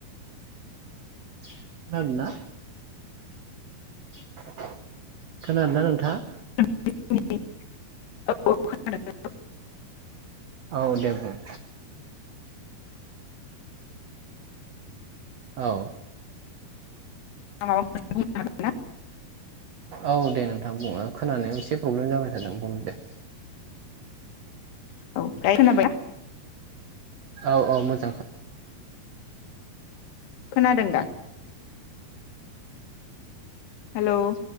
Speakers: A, on the right (about 80°); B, on the left (about 80°).
A: खोनादोंना <unintelligible> खोनादोंना नोंथाङा?
B: <unintelligible>
A: औ दे बुं। औ।
B: आं मा बा मोन से बुं नो हागोन ना?
A: औ दे नों थां खोनानाया एसे प्रब्लेम जाबाय। ओ नों बुंदे
B: औ दायो खोना बायना?
A: औ औ मोजां।
B: खोनादों दा? हेल'